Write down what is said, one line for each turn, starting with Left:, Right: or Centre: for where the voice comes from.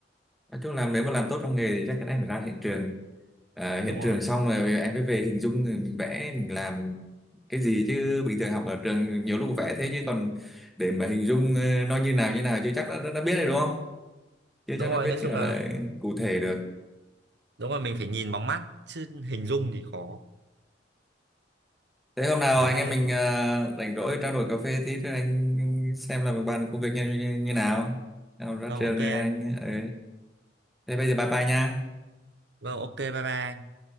Centre: nói chung là nếu mà làm tốt trong nghề thì chắc chắn em phải ra hiện trường Ờ, hiện
Right: đúng rồi
Centre: trường xong rồi em mới về hình dung mình vẽ mình làm cái gì chứ bình thường học ở trường nhiều lúc vẽ thế chứ còn để mà hình dung ờ, nó như nào như nào chưa chắc đã, đã, đã biết rồi đúng không chưa
Right: đúng
Centre: chắc
Right: rồi
Centre: đã biết
Right: nói chung
Centre: gọi
Right: là
Centre: là cụ thể được
Right: đúng rồi mình phải nhìn bằng mắt chứ hình dung thì khó
Centre: thế hôm nào
Right: đấy
Centre: anh em
Right: nên
Centre: mình
Right: là
Centre: ờ, rảnh rỗi trao đổi cà phê tí cho anh xem là bàn công việc như, như, như nào nào ra
Right: vâng
Centre: trường
Right: ok
Centre: rồi
Right: anh
Centre: anh ờ. thế bây giờ bye bye nha
Right: vâng ok bye bye anh